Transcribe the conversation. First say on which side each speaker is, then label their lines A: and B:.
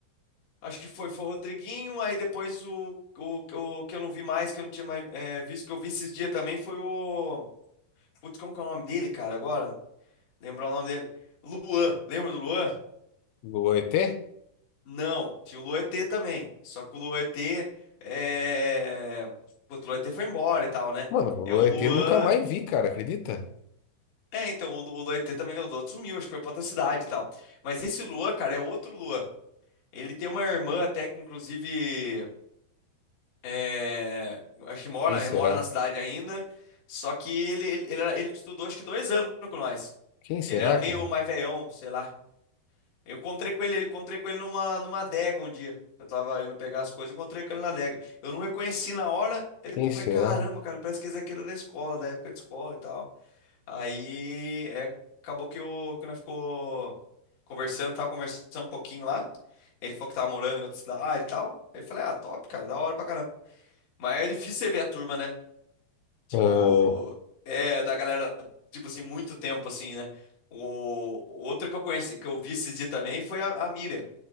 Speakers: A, on the left (about 50°); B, on the left (about 85°).
A: acho que foi, foi o Rodriguinho, aí depois o, o, o que eu não vi mais, que eu não tinha mais é, visto, que eu vi esses dias também foi o. Putz, como que é o nome dele, cara, agora? Lembrar o nome dele. Luan, lembra do Luan?
B: lua ET?
A: Não, tinha o Luan ET também. Só que o Luan ET é. Putz, o Luan ET foi embora e tal, né?
B: Mano,
A: É
B: lua
A: o Luan.
B: ET nunca mais vi, cara, acredita?
A: É, então, o, Lu- o Luan ET também, o Luan sumiu, acho que foi pra outra cidade e tal. Mas esse Luan, cara, é outro Luan. Ele tem uma irmã até que, inclusive, é, acho que mora,
B: Quem será?
A: mora na cidade ainda. Só que ele, ele, ele, era- ele estudou acho que dois anos com nós.
B: Quem será,
A: Ele era meio
B: cara?
A: mais velhão, sei lá. Eu encontrei com ele, ele encontrei com ele numa, numa adega um dia. Eu tava indo pegar as coisas, encontrei com ele na adega. Eu não reconheci na hora, aí depois
B: Quem
A: eu
B: será?
A: falei, caramba, cara, parece que esse aqui era da escola, da época de escola e tal. Aí é, acabou que o que nós ficou conversando, tava conversando um pouquinho lá. Ele falou que tava morando em outra cidade e tal. Aí eu falei, ah, top, cara, da hora pra caramba. Mas é difícil você ver a turma, né? Tipo,
B: Ah,
A: é da galera, tipo assim, muito tempo, assim, né? O outra que eu conheci, que eu vi esse dia também, foi a, a Miriam,